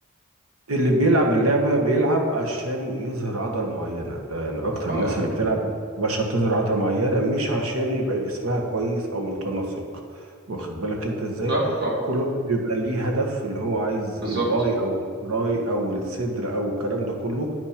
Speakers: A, on the right; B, on the right.
A: اللي بيلعب اللعبه بيلعب عشان يظهر عضله معينه يعني اكتر
B: اه آه،
A: الناس اللي بتلعب عشان تظهر عضله معينه مش عشان يبقى جسمها كويس او متناسق واخد بالك انت ازاي
B: فاهمك اه
A: كل واحد بيبقى ليه هدف اللي هو عايز
B: بالظبط
A: الباي او التراي او الصدر او الكلام ده كله